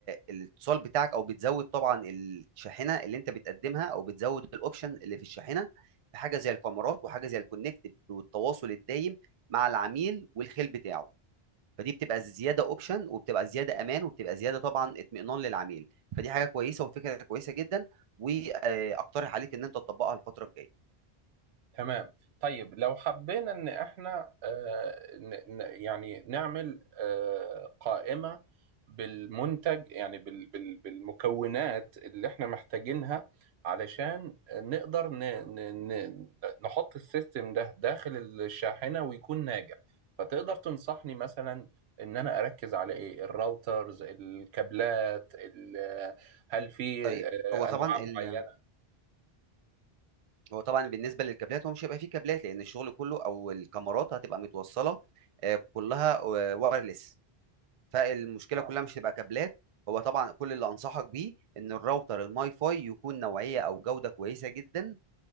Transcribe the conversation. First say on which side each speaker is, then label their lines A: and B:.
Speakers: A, on the right (about 55°); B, on the right (about 85°).
A: الاتصال بتاعك او بتزود طبعا الشاحنه اللي انت بتقدمها او بتزود الاوبشن اللي في الشاحنه بحاجه زي الكاميرات وحاجه زي الكونكت والتواصل الدايم مع العميل والخيل بتاعه فدي بتبقى زياده اوبشن وبتبقى زياده امان وبتبقى زياده طبعا اطمئنان للعميل فدي حاجه كويسه وفكره كويسه جدا واقترح عليك ان انت تطبقها الفتره الجايه
B: تمام طيب لو حبينا ان احنا آه، ن- ن- يعني نعمل آه، قائمة بالمنتج يعني بال- بال- بالمكونات اللي احنا محتاجينها علشان نقدر ن- ن- ن- نحط السيستم ده داخل الشاحنة ويكون ناجح فتقدر تنصحني مثلا ان انا اركز على ايه الراوترز الكابلات ال- هل في
A: طيب
B: آه،
A: هو طبعا
B: انواع
A: ال...
B: معينة
A: هو طبعا بالنسبه للكابلات هو مش هيبقى فيه كابلات لان الشغل كله او الكاميرات هتبقى متوصله آه، كلها وايرلس فالمشكله
B: آه.
A: كلها مش هتبقى كابلات هو طبعا كل اللي انصحك بيه ان الراوتر الماي فاي يكون نوعيه او جوده كويسه جدا